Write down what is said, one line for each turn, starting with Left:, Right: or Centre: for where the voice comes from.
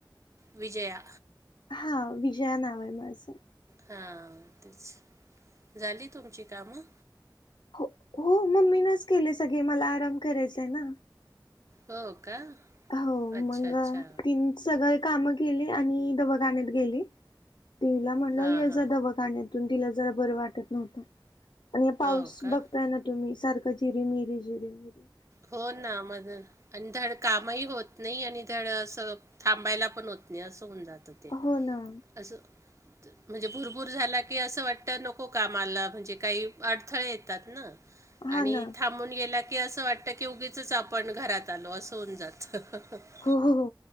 Right: विजया.
Left: हा विजया नाव आहे माझं.
Right: हां तेच झाली तुमची कामं?
Left: हो हो मम्मी नाच केले सगळे मला आराम करायचाय ना.
Right: हो का.
Left: हो
Right: अच्छा
Left: मंग
Right: अच्छा
Left: तीन सगळे काम केली आणि दवाखाण्यात गेली तिला म्हणल
Right: हां
Left: येजा
Right: हां
Left: दवाक खाण्यातूनत जरा बर वाटत नव्हत आणी हे पाऊस
Right: हो का
Left: बघताय ना तुम्ही सार का जिरी मरी जिरी मरी
Right: हो ना माझ आणी धड कामही होत नाही आणि धड असं थांबायला पण होत नाही असं हुन जातं. ते
Left: हो ना.
Right: असं. म्हणजे भुरभूर झाला की असं वाटत. नको कामाला म्हणजे काही अडथळे येतात ना.
Left: हा
Right: आणि
Left: ना
Right: थांबून गेला की, असं वाटत की उगीचच आपण घरात आलो असं होऊन जात. <unintelligible>
Left: हो हो हो